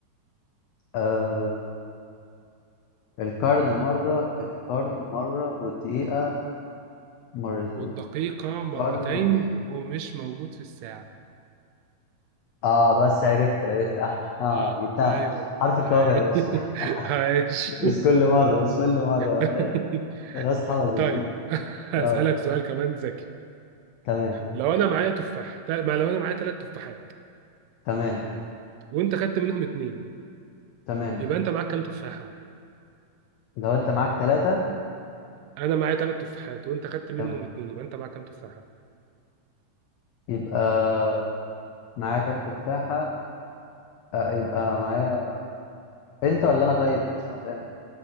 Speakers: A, on the left; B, on the right.
A: آه. القرن مره القرن مره والدقيقه مرتين
B: والدقيقة مرتين
A: قرن ودقيقه
B: ومش موجود في الساعة
A: اه بس عرفت عرفت اه آه،
B: اه
A: جبتها
B: ايوه
A: حرف الكاف
B: ايوه
A: يا باشا
B: <laughs>
A: <laughs>
B: عايش
A: مش كل مره مش كل مره
B: <laughs>
A: غصب حفظت
B: طيب
A: دي
B: <laughs> هسألك
A: اه
B: سؤال كمان ذكي
A: تمام
B: لو انا معايا تفاحة تا- ما لو انا معايا ثلاث تفاحات
A: تمام
B: وانت خدت منهم اتنين
A: تمام
B: يبقى انت معاك كام تفاحة
A: لو انت معاك ثلاثه
B: انا معايا ثلاث تفاحات وانت خدت منهم
A: تمام
B: اتنين يبقى انت معاك كام تفاحة
A: يبقى معايا كام تفاحه آه يبقى معايا انت ولا انا طيب مش انا فاهم